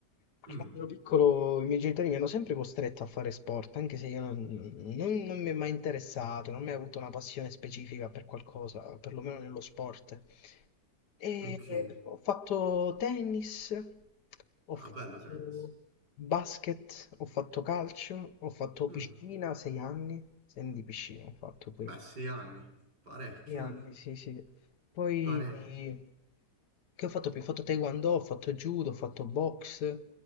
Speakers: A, on the left (about 75°); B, on the right (about 75°).
A: perché
B: Mm,
A: quando ero piccolo i miei genitori mi hanno sempre costretto a fare sport, anche se io non, non- non mi è mai interessato, non mi hai avuto una passione specifica per qualcosa, perlomeno nello sport. E
B: ok,
A: ho fatto tennis, ho
B: ah,
A: fatto
B: bello tennis.
A: basket, ho fatto calcio, ho fatto
B: Mm,
A: piscina, sei anni, sei anni di piscina ho fatto pure.
B: Beh, sei anni, parecchi,
A: Sì, anche,
B: eh?
A: sì, sì. Poi
B: Parecchi.
A: eh, che ho fatto più? Ho fatto taekwondo, ho fatto judo, ho fatto box.